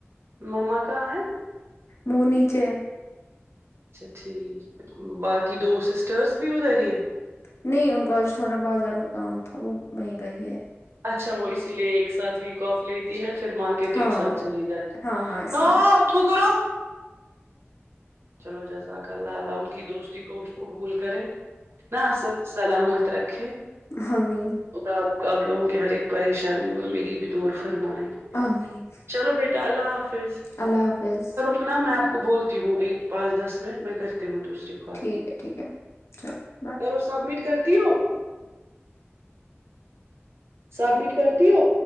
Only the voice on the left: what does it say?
وہ نیچے ہے
نہیں ان کا آج تھوڑا بازار میں کام تھا وہ وہیں گئی ہے
ہاں
ہاں ہاں اس
لیے
ہامین
آمین
اللہ حافظ
ٹھیک ہے ٹھیک ہے چلو بائے